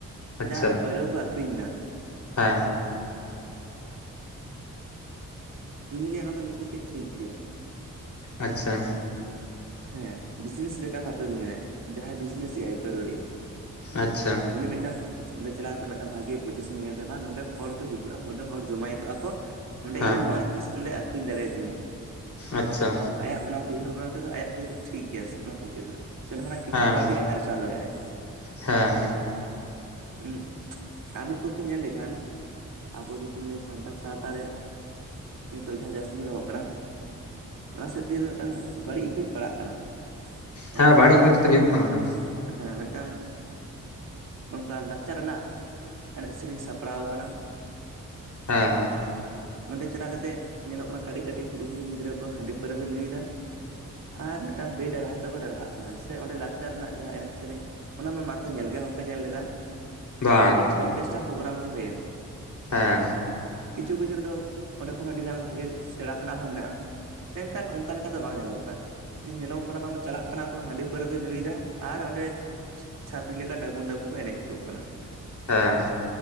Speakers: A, on the left; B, on the right.
A: ᱟᱪᱪᱷᱟ
B: ᱡᱟ ᱯᱟᱹᱨᱣᱟᱹ ᱠᱚ ᱟᱠᱷᱨᱤᱧ ᱫᱟ᱾
A: ᱦᱮᱸ
B: ᱤᱧ ᱞᱟᱹᱭᱟ ᱚᱱᱟ ᱢᱤᱫ ᱯᱩᱠᱷᱮ ᱴᱷᱤᱠ ᱜᱮᱣᱟ‍᱾
A: ᱟᱪᱪᱷᱟ
B: ᱦᱮᱸ ᱵᱤᱡᱽᱱᱮᱥ ᱞᱮᱠᱟ ᱵᱷᱟᱵ ᱛᱮᱢ ᱧᱮᱞᱮᱣᱟ ᱡᱟᱦᱟᱸᱭ ᱵᱤᱡᱱᱮᱥ ᱟᱭᱟᱭ ᱯᱟᱹᱨᱣᱟᱹ ᱨᱮᱭᱟᱜ᱾
A: ᱟᱪᱪᱷᱟ
B: ᱩᱱᱤ ᱢᱮᱴᱟᱢ ᱚᱸᱰᱮ ᱪᱟᱞᱟᱣ ᱠᱟᱛᱮᱜ ᱢᱤᱫᱴᱟᱝ ᱵᱷᱟᱜᱤ ᱯᱚᱡᱤᱥᱚᱱ ᱧᱮᱞ ᱫ ᱵᱟᱝ ᱱᱚᱸᱰᱮ ᱦᱚᱲ ᱠᱚ ᱦᱤᱡᱩᱜᱼᱟ ᱚᱸᱰᱮ ᱦᱚᱲ ᱡᱚᱢᱟᱭ ᱠᱚᱜᱼᱟ ᱠᱚ, ᱚᱸᱰᱮ
A: ᱦᱮᱸ
B: ᱤᱧ ᱱᱚᱣᱟ ᱡᱤᱱᱤᱥ ᱱᱚᱸᱰᱮ ᱟᱠᱷᱨᱤᱧ ᱫᱟᱲᱮᱭᱟᱛᱤᱧᱟ᱾
A: ᱟᱪᱪᱷᱟ
B: ᱟᱭᱟᱜ ᱚᱱᱟ ᱩᱭᱦᱟᱹᱨ ᱵᱷᱟᱵᱱᱟ ᱛᱮᱫᱚ ᱟᱭᱟᱜ ᱛᱮᱫᱚ ᱴᱷᱤᱠ ᱜᱮᱭᱟ ᱥᱮ ᱚᱱᱟ ᱯᱚᱠᱠᱷᱮ ᱫᱚ ᱦᱟᱸᱜ᱾ ᱥᱮᱸᱱᱚ ᱚᱭᱱᱟᱜ ᱠᱤᱪᱷᱩ
A: ᱦᱮᱸ
B: ᱠᱟᱹᱣᱰᱤ ᱟᱡ ᱟᱨᱡᱟᱣ ᱫᱟᱲᱮᱭᱟᱜᱼᱟᱭ᱾
A: ᱦᱮᱸ
B: ᱦᱩᱸ ᱟᱨ ᱢᱤᱫ ᱯᱚᱠᱠᱷᱮ ᱧᱮᱞ ᱞᱮᱠᱷᱟᱱ᱾ ᱟᱵᱚ ᱡᱩᱫᱤᱢ ᱞᱮᱭᱟᱹ ᱥᱟᱱᱛᱟᱲ ᱥᱟᱶᱛᱟ ᱨᱮ ᱱᱤᱛᱚᱜ ᱡᱟᱦᱟᱸ ᱡᱟᱹᱥᱛᱤ ᱧᱮᱞᱚᱜᱚᱜ ᱠᱟᱱᱟ᱾ ᱚᱱᱟ ᱥᱮᱫ ᱛᱮᱫᱚ ᱢᱤᱫᱴᱟᱝ ᱵᱟᱹᱲᱤᱡ ᱤᱯᱷᱮᱠᱴ᱾ ᱯᱟᱲᱟᱜ ᱠᱟᱱᱟ
A: ᱦᱮᱸ
B: ᱚᱸᱰᱮ
A: ᱵᱟᱹᱲᱤᱡ
B: ᱚᱱᱠᱟ
A: ᱤᱯᱷᱮᱠᱴ
B: ᱢᱤᱫᱴᱟᱝ
A: ᱛᱚ ᱧᱩᱨᱩᱜ ᱠᱟᱱᱟ ᱛᱚ
B: ᱦᱮᱸ ᱢᱤᱫᱴᱟᱝ᱾ ᱚᱱᱠᱟ ᱞᱟᱠᱪᱟᱨ ᱨᱮᱱᱟᱜ ᱮᱱᱮᱡ ᱥᱮᱨᱮᱧ ᱥᱟᱯᱲᱟᱣ ᱟᱠᱟᱱᱟ᱾
A: ᱦᱮᱸ ᱦᱚᱸ
B: ᱚᱸᱰᱮ ᱪᱟᱞᱟᱠᱟ ᱠᱟᱛᱮᱜ ᱧᱮᱞᱚᱜ ᱠᱟᱱᱟ ᱠᱟᱹᱴᱤᱜᱽ ᱠᱟᱹᱴᱤᱜᱽ ᱦᱩᱰᱤᱝ ᱦᱩᱰᱤᱝ ᱜᱤᱫᱽᱨᱟᱹ ᱠᱚ ᱦᱟ‍ᱸᱰᱤ ᱯᱟᱹᱨᱟᱹ ᱠᱚ ᱧᱩᱭᱮᱫᱟ᱾ ᱟᱨ ᱢᱤᱫᱴᱟᱝ ᱵᱮ ᱰᱟᱨᱦᱟ ᱛᱮᱠᱚ ᱰᱟᱨᱦᱟᱜ ᱠᱟᱱᱟ ᱥᱮ ᱚᱸᱰᱮ ᱞᱟᱠᱪᱟᱨ ᱨᱮᱱᱟᱜ ᱡᱟᱦᱟᱸ ᱮᱱᱮᱡ ᱥᱮᱨᱮᱧ᱾ ᱚᱱᱟ ᱢᱟ ᱢᱟᱛᱚ ᱧᱮᱞ ᱜᱮ ᱵᱟᱝ ᱠᱚ ᱧᱮᱞ ᱞᱮᱫᱟ
A: ᱵᱟᱝ
B: ᱡᱮ ᱡᱟᱦᱟᱱᱟᱜ ᱚᱨᱜᱮᱥᱴᱟᱨ ᱯᱨᱳᱜᱨᱟᱢ ᱜᱮ ᱦᱩᱭᱮᱱ,
A: ᱦᱮᱸᱻ
B: ᱤᱪᱷᱩ ᱠᱤᱪᱷᱩ ᱨᱤ ᱛᱚ ᱚᱸᱰᱮ ᱠᱷᱚᱱ ᱟᱹᱰᱤ ᱜᱟᱱ ᱵᱷᱟᱹᱜᱤ ᱥᱮᱬᱟ ᱛᱮᱱᱟᱜ ᱦᱚᱸ ᱢᱮᱱᱟᱜᱼᱟ ᱢᱮᱱᱠᱷᱟᱱ ᱚᱱᱠᱟ ᱞᱮᱠᱟ ᱫᱚ ᱵᱟᱝ ᱧᱮᱞᱚᱜ ᱠᱟᱱᱟ᱾ ᱡᱮ ᱧᱮᱞᱚᱜᱚᱜ ᱠᱟᱱᱟ ᱵᱟᱝ ᱪᱟᱞᱟᱜ ᱠᱟᱱᱟ ᱠᱚ ᱦᱟᱺᱰᱤ ᱯᱟᱹᱣᱨᱟᱹ ᱠᱚ ᱧᱩᱭᱮᱫᱟ ᱟᱨ ᱚᱱᱰᱮ ᱪᱷᱟᱯᱲᱤ ᱞᱮᱠᱟ ᱰᱟᱵᱩᱜ ᱰᱟᱵᱩᱜ ᱠᱚ ᱮᱱᱮᱡ ᱠᱚᱜ ᱠᱟᱱᱟ᱾
A: ᱦᱮᱸ